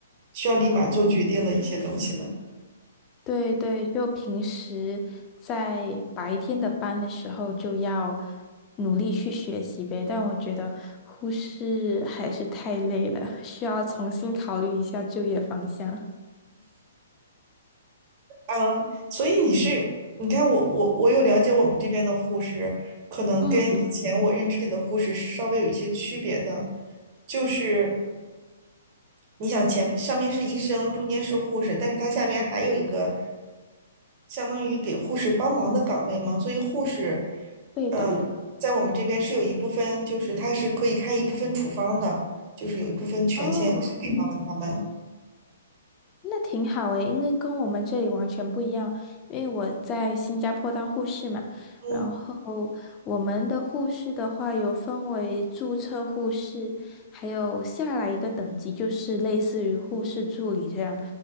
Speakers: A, on the right (about 40°); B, on the left (about 25°).
A: 需要立马做决定的一些东西嘛。
B: 对对，就平时在白天的班的时候就要努力去学习呗，但我觉得护士还是太累了，需要重新考虑一下就业方向。
A: 嗯，所以你是，你看我我我有了解我们这边的护士，可能跟以前我认知里的护士是稍微有一些区别的，
B: 嗯，
A: 就是你想前上面是医生，中间是护士，但是他下边还有一个相当于给护士帮忙的岗位嘛，所以护士，
B: 对的。
A: 嗯，在我们这边是有一部分，就是他是可以开一部分处方的，就是有一部分权限是给到了他们。
B: 哦，那挺好诶，因为跟我们这里完全不一样。因为我在新加坡当护士嘛，
A: 嗯
B: 然后我们的护士的话有分为注册护士，还有下来一个等级就是类似于护士助理这样。